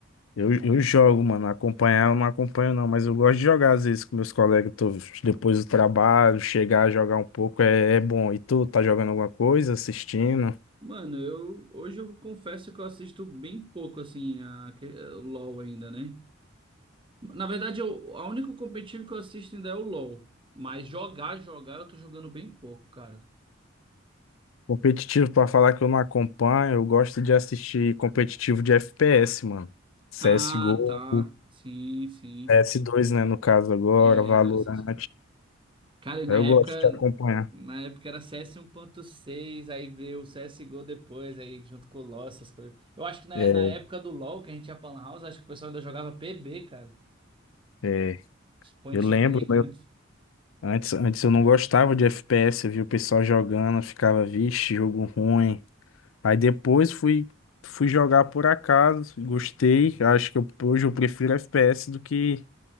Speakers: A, on the left; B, on the right.
A: eu, eu jogo, mano, acompanhar eu não acompanho não, mas eu gosto de jogar às vezes com meus colegas, tô- depois do trabalho, chegar a jogar um pouco é, é bom. E tu, tá jogando alguma coisa, assistindo?
B: Mano, eu hoje eu confesso que eu assisto bem pouco assim a, que- o LoL ainda, né? Na verdade, eu, a único competitivo que eu assisto ainda é o LoL. Mas jogar, jogar, eu tô jogando bem pouco, cara.
A: Competitivo, pra falar que eu não acompanho, eu gosto de assistir competitivo de FPS, mano. CSGO,
B: Ah, tá.
A: S G O,
B: Sim, sim.
A: P S dois, né, no caso agora,
B: É,
A: Valorant.
B: agora você. Cara, e na
A: Eu
B: época.
A: gosto de acompanhar.
B: Na época era CS 1.6, aí veio o CSGO depois, aí junto com o LoL, essas coisas. Eu acho que na,
A: É,
B: na época do LoL, que a gente ia pra Lan House, acho que o pessoal ainda jogava PB, cara.
A: é,
B: Point
A: eu lembro,
B: Blank,
A: eu-
B: né?
A: antes, antes eu não gostava de FPS, eu via o pessoal jogando, eu ficava, vixe, jogo ruim. Aí depois fui, fui jogar por acaso, gostei. Acho que eu- hoje eu prefiro FPS do que